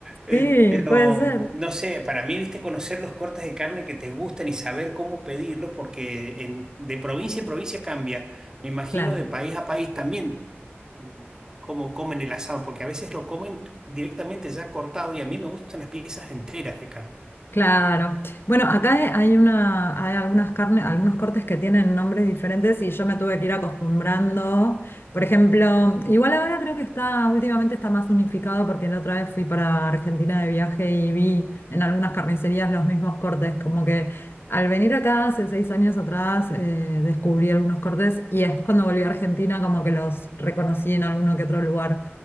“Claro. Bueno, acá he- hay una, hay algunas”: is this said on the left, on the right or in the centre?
Left